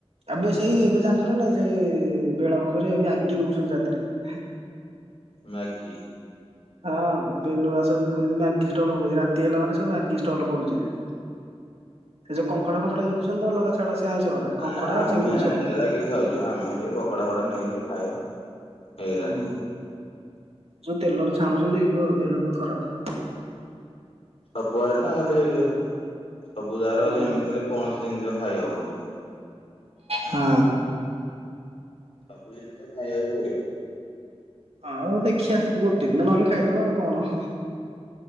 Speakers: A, on the right; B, on the left.
A: ଏବେ ସେଇ ଏବେ ଜାଣିଛୁ ନା ନାଇଁ ସେଇ ବେଳାଭୂମି ରେ ଏମ ଆଗେ ବିକୂଛନ୍ତି ରାତିରେ। ହଁ।
B: ମ୍ୟାଗି!
A: ହଁ ଏବେ ନୁଆ ସବୁ କହିଲେଣି ମାଗିଷ୍ଟାଲ ପକେଇବାକୁ ରାତି ହେଲା ମାନେ ସବୁ ମଗିଷ୍ଟଲ ପଡୁଛି ଏବେ ଯୋଉ କଙ୍କଡା ଫଙ୍କଡା ବିକୁଛନ୍ତି ତ ଅଲଗା ଛାଡ ସେ ଆଇଁଷ ବାଲା। କଙ୍କଡା
B: ଆଁ ଆମେ
A: ଚିଙ୍ଗୁଡି ସବୁ
B: ସେଲା କି ଖାଉଛ ଆମେ ଟିକେ ପକଡା ଫକଡା ନେଇିକି ଟିକେ ଖାଇବା ହେଇରା
A: ହୁଁ।
B: କିଏ ଖାଉଛି?
A: ଯୋଉ ତେଲରେ ଛାଣୁଛନ୍ତି ଦେହ ପେହ ଖରାପ।
B: ସବୁଆଡେ ନା ଖାଲି ସେଇଠି ସବୁ ଜାଗାରେ
A: ହଁ
B: ହଉଛି
A: ହଁ।
B: ଏମିତି ହେଲେ କୌଣସି ଜିନିଷ ଖାଇ ହବନି।
A: ହଁ।
B: ସବୁ ଜିନିଷ ଖାଇବାକୁ ପଡିବ।
A: ଆଉ ଦେଖିବା ଆଉ ଗୋଟେ ଦିନ ନହେଲେ ଖାଇଦବା ଆଉ କଣ!